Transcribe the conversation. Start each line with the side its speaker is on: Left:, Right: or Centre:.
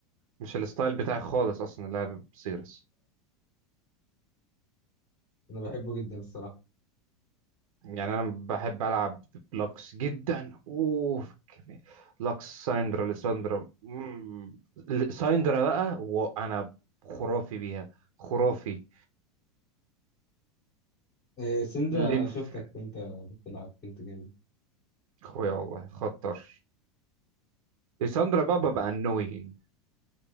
Right: مش الستايل بتاعي خالص اصلا اللعب بزيرس
Left: أنا بحبه جدا الصراحة
Right: يعني انا بحب العب بلوكس جدا اوف كمية. لوكس سايندرا ليساندرا مم. ل- سايندرا بقى وانا خرافي بيها خرافي
Left: إيه سندرا
Right: لينث
Left: شفتك وأنت بتلعب كنت جامد
Right: اخويا والله خطر ليساندرا بقى ببقى انوينج